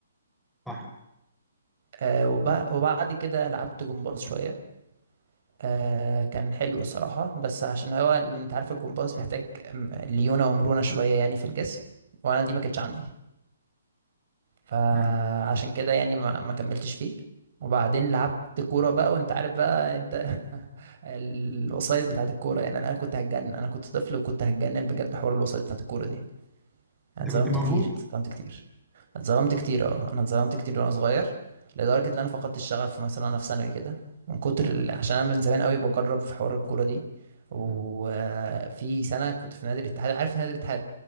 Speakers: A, in the centre; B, on the right.
A: صح
B: آه، وب- وبعد كده لعبت جمباز شويه آه، كان حلو الصراحه بس عشان هو انت عارف الجمباز بيحتاج م- ليونه ومرونه شويه يعني في الجسم وانا دي ما كانتش عندي فعشان
A: مم.
B: كده يعني ما, ما كملتش فيه وبعدين لعبت كورة بقى وانت عارف بقى انت <laughs> الوسايط بتاعت الكورة يعني انا أنا كنت هتجنن انا كنت طفل وكنت هتجنن بجد حوار الوسايط بتاعت الكورة دي أنا
A: انت
B: اتظلمت
A: كنت موهوب
B: كتير اتظلمت كتير اتظلمت كتير اه انا اتظلمت كتير وانا صغير لدرجة ان انا فقدت الشغف مثلا وانا في ثانوي كده من كتر ال... عشان انا من زمان قوي بجرب في حوار الكورة دي وفي سنة كنت في نادي الاتحاد عارف نادي الاتحاد